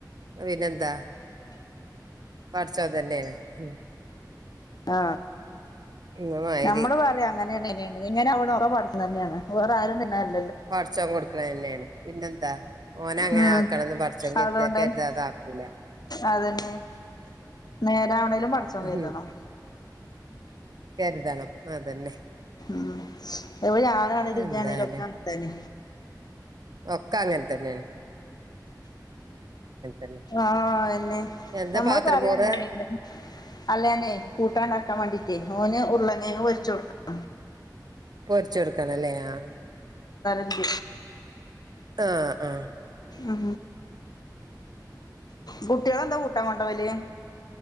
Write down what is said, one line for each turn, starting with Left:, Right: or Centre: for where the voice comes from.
Right: പിന്നെന്ത പടച്ചോൻ തന്നെയാണ് ഉ
Left: ആ
Right: ഇന്നമാതിരി
Left: നമ്മള് പറയാ അങ്ങനെയാണ് ഇങ്ങനെണ് ഇങ്ങനെ അവണക്കെ പടിച്ച് ണ ന്നെയാണ് വേറെ ആരും തിന്നാൻ ല്ല
Right: പടച്ചോൻ കൊടുക്കണ തന്നെയാണ് പിന്നെന്താ ഓനെ അങ്ങനെ
Left: ഉം
Right: ആക്കണംന്ന് പഠച്ചോൻ കരുതിയ
Left: അതുകൊണ്ടന്നെ
Right: കരുതാ പറ്റൂല
Left: അതന്നെ നേരെ അവണേലും പടച്ചോൻ
Right: ഉം
Left: കരുതണം
Right: കരുതണം അതന്നെ
Left: മ് പ്പഞാനാണലും
Right: എന്തായാലും
Left: ഇജാണലുംക്കെ അങ്ങനെ തന്നെ
Right: ഒക്കെ അങ്ങൻതന്നെയാണ് തന്നെ
Left: ആ അ തന്നെ
Right: എന്താ
Left: നമ്മള്
Right: പാത്രം
Left: പറയാ
Right: മോറുക
Left: അങ്ങനെ ണ് അല്ലനെ കൂട്ടാണ്ടാക്കാൻ വേണ്ടീട്ടേ ഓന് ഉരുളംകെയങ്ങ് പൊരിച്ച് കൊടുക്കണം
Right: പൊരിച്ച് കൊടുക്കാനല്ലേ ആ
Left: ന്ത്
Right: ആ ആ
Left: അ കുട്ട്യളെന്താ കൂട്ടാൻ കൊണ്ടവല്